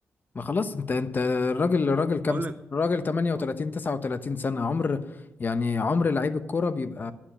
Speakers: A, on the left (about 40°); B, on the right (about 35°).
A: ما خلاص انت انت الراجل الراجل كام
B: اقول
A: سنة؟
B: لك
A: الراجل 38
B: آه،
A: 39 سنة عمر يعني عمر لعيب الكرة بيبقى